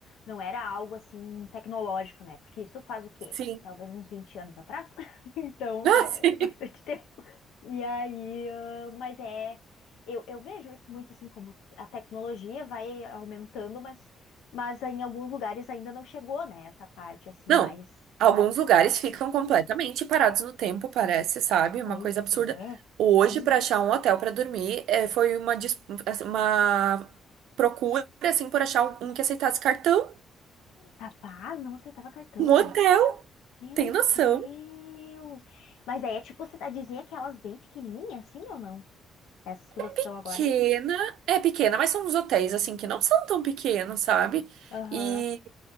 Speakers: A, on the left (about 80°); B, on the right (about 80°).
A: não era algo assim tecnológico, né? Porque isso faz o quê?
B: sim.
A: Talvez uns 20 anos atrás. <laughs> Então,
B: <laughs> Ah,
A: né,
B: sim.
A: é bastante tempo. E aí, ah, mas é, eu, eu vejo isso muito assim como a tecnologia vai aumentando, mas, mas em alguns lugares ainda não chegou, né? Essa parte assim
B: Não,
A: mais
B: alguns lugares
A: prática.
B: ficam completamente parados no tempo, parece, sabe?
A: Pois
B: Uma coisa absurda.
A: é.
B: Hoje,
A: Hum,
B: para achar um hotel para dormir, eh, foi uma, dis- assim, uma procura, assim, por achar um que aceitasse cartão.
A: Capaz, não aceitava cartão.
B: Um hotel,
A: Meu
B: tem noção?
A: Deus! Mas aí é tipo cidadezinha aquelas bem pequenininhas, assim ou não? Essas que vocês estão
B: Pequena,
A: agora.
B: é pequena, mas são uns hotéis, assim, que não são tão pequenos, sabe?
A: Aham.
B: E,